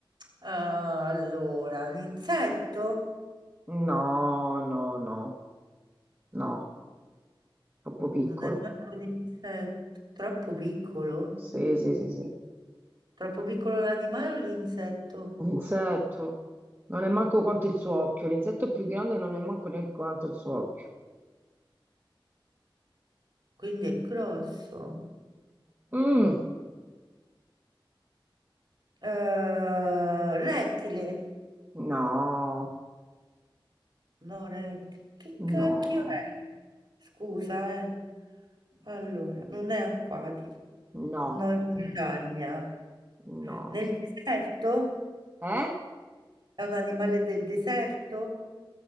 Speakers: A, on the right (about 60°); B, on the right (about 25°).
A: allora, un insetto?
B: No, no, no, no, troppo piccolo.
A: Non è manco un insetto, troppo piccolo?
B: Sì, sì, sì, sì.
A: Troppo piccolo l'animale o l'insetto?
B: L'insetto non è manco quanto il suo occhio. L'insetto più grande non è manco neanche quanto il suo occhio.
A: Quindi è grosso.
B: Mm,
A: Eh, rettile?
B: no,
A: No, rettile. Che
B: no,
A: cacchio è? Scusa, eh. Allora, non è acquatico.
B: no,
A: No, in montagna.
B: no.
A: Nel deserto?
B: Eh?
A: È un animale del deserto?